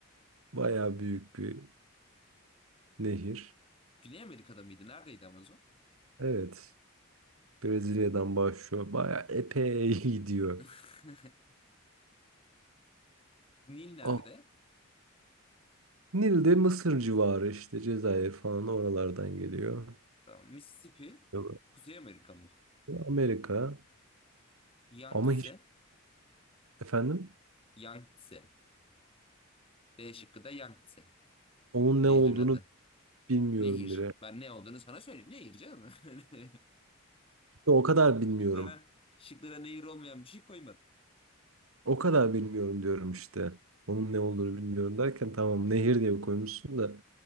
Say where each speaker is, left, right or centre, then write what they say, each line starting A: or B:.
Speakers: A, on the right; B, on the left.
A: bayağı büyük bir nehir.
B: Güney Amerika'da mıydı? Neredeydi Amazon?
A: Evet. Brezilya'dan başlıyor. Bayağı epey <laughs> gidiyor.
B: <laughs> Nil nerede?
A: Ah, Nil de Mısır civarı işte Cezayir falan oralardan geliyor.
B: Tamam. Mississippi,
A: Yok.
B: Kuzey Amerika mı?
A: Amerika
B: Yangtze,
A: ama hiç efendim
B: Yangtze. D şıkkı da Yangtze.
A: onun ne
B: Nehrin
A: olduğunu
B: adı.
A: bilmiyorum
B: Nehir.
A: bile.
B: Ben ne olduğunu sana söyleyeyim. Nehir canım. <laughs>
A: İşte O kadar bilmiyorum.
B: Şıklara, şıklara nehir olmayan bir şey koymadım.
A: O kadar bilmiyorum diyorum işte. Onun ne olduğunu bilmiyorum derken tamam nehir diye koymuşsun da